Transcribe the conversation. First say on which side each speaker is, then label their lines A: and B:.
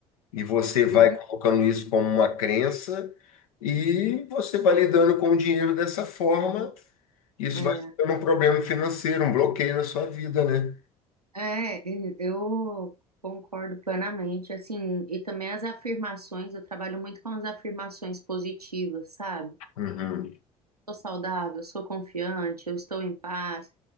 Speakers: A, on the left; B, on the right.
A: e você vai
B: uhum.
A: colocando isso como uma crença e você vai lidando com o dinheiro dessa forma, isso
B: É,
A: vai ficando um problema financeiro, um bloqueio na sua vida, né?
B: é, e- eu concordo plenamente, assim, e também as afirmações, eu trabalho muito com as afirmações positivas, sabe?
A: Uhum.
B: Sou saudável, sou confiante, eu estou em paz,